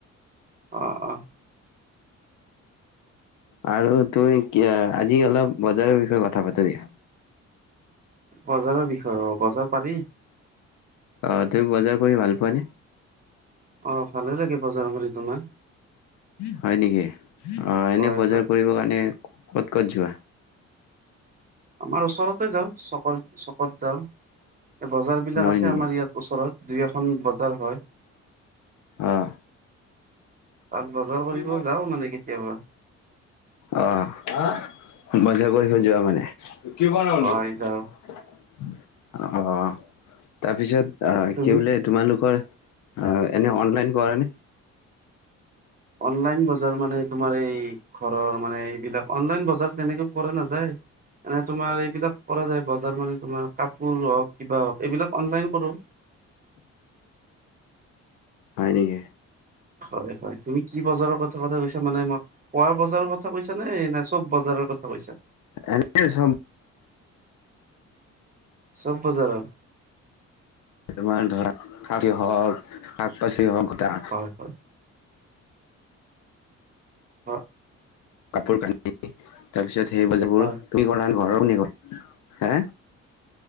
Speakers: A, on the right (about 30°); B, on the left (about 75°).
A: অহ', অহ'।
B: আৰু তুই, কি আজি অলপ বজাৰৰ বিষয়ে কথা পাতো দিয়া।
A: বজাৰৰ বিষয়ে অ', বজাৰ পাৰি।
B: অ', তুমি বজাৰ কৰি ভাল পোৱানে?
A: অ', ভালেই লাগে বজাৰ কৰি, তোমাৰ?
B: হয় নেকি, অ' এনে
A: হয়,
B: বজাৰ
A: হয়।
B: কৰিব কাৰণে ক'ত ক'ত যোৱা?
A: আমাৰ ওচৰতে যাওঁ, চকত-চকত যাওঁ। এই বজাৰ বিলাক
B: হয়
A: আছে
B: নেকি
A: আমাৰ ইয়াত ওচৰত, দুই এখন বজাৰ হয়।
B: অ'।
A: তাত বজাৰ কৰিব
B: <unintelligible>
A: যাওঁ মানে কেতিয়াবা
B: অ'। বজাৰ কৰি থৈ যোৱা মানে? <unintelligible>
A: হয় যাওঁ।
B: অ' অ', তাৰপিছত অঃ,
A: তুমি?
B: কি বোলে তোমালোকৰ অ', এনে অনলাইন কৰা নে?
A: অনলাইন বজাৰ মানে তোমাৰ এই ঘৰৰ মানে, এইবিলাক অনলাইন বজাৰ তেনেকে কৰা নাযায়। এনে তোমাৰ এইবিলাক কৰা যায়, বজাৰ মানে তোমাৰ কাপোৰ হওক, কিবা হওক, এইবিলাক অনলাইন কৰো।
B: হয় নেকি?
A: হয়, হয়, তুমি কি বজাৰৰ কথা-কথা কৈছা, মানে মই খোৱাৰ বজাৰৰ কথা কৈছা নে, ন চব বজাৰৰ কথা কৈছা?
B: এনে চব
A: চব বজাৰৰ।
B: তোমাৰ ধৰা, শাক <unintelligible> হওঁক, শাক পাচলি হওঁক, গোটা
A: হয় হয় হ
B: কাপোৰ কানি, তাৰ পিছত সেই বজাৰবোৰ,
A: হয়।
B: <unintelligible> কৰা ন ঘৰৰ কোনে <unintelligible> হা?